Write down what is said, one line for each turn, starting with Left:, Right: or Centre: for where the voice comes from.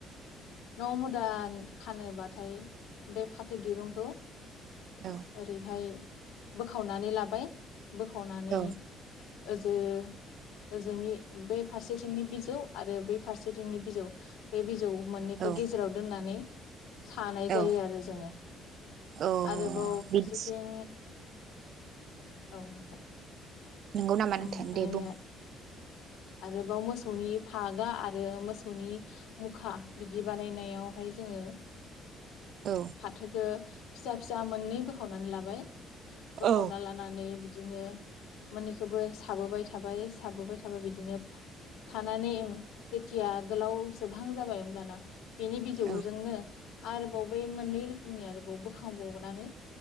Left: न मुदा खानोबाथाय बे फाथो दिरुंखौ
Right: औ
Left: ओरैहाय बोखावनानै लाबाय बोखावनानै
Right: औ
Left: ओस ओ ओजोंनि बे फारसेथिंनि बिजौ आरो बे फारसेथिंनि बिजौ बे बिजौ मोननैखो
Right: औ
Left: गेजेराव दोननानै सानाय जायो
Right: औ
Left: आरो जोङो
Right: औ
Left: आरोबाव फारसेथिं
Right: बिदि
Left: औ नोंथां
Right: नोंगौ नामा
Left: ओमफ्राय
Right: नोंथां दे बुं
Left: आरोबाव मोसौनि फागा आरो मोसौनि मुखा बिदि बानायनायावहाय जोङो
Right: औ
Left: फाथोखो फिसा फिसा मोननै बोखावनानै लाबाय बोखावना
Right: औ
Left: लानानै बिदि बिदिनो मोननैखौबो साबोबाय थाबाय साबोबाय थाबाय बि दिनो फानानै जेथिया गोलाव जोबहां जाबाय होमब्लाना बेनि बिजौजोंनो
Right: औ
Left: आरोबाव बै मोननै रोखोमनि आरोबाव बोखांबावनानै